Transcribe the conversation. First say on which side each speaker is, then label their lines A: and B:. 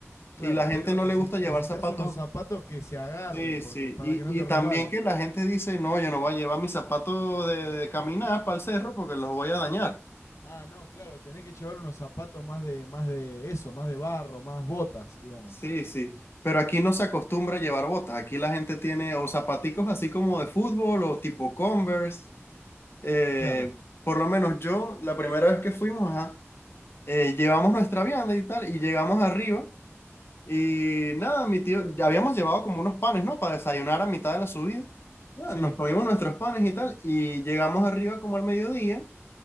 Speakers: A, on the left; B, on the left.
A: Claro,
B: Y la gente
A: pero
B: no
A: necesi-
B: le gusta
A: necesitas
B: llevar zapatos
A: unos zapatos que se agarren
B: Sí, sí,
A: porque para
B: y,
A: que no te
B: y también
A: resbales.
B: que la gente dice, no, yo no voy a llevar mis zapatos de, de caminar para el cerro porque los voy a dañar.
A: Ah, no, claro, tenés que llevar unos zapatos más de más de eso, más de barro, más botas, digamos.
B: Sí, sí, pero aquí no se acostumbra a llevar botas, aquí la gente tiene o zapaticos así como de fútbol o tipo Converse. Eh,
A: Claro.
B: por lo menos yo, la primera vez que fuimos, ajá, eh, llevamos nuestra vianda y tal, y llegamos arriba, y nada, mi tío, ya habíamos llevado como unos panes, ¿no? Para desayunar a mitad de la subida. Ya,
A: Sí.
B: nos comimos nuestros panes y tal, y llegamos arriba como al mediodía.